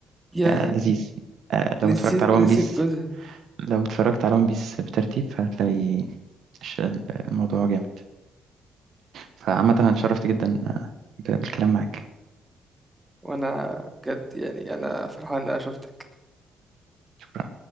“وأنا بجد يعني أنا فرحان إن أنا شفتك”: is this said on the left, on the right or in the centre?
Right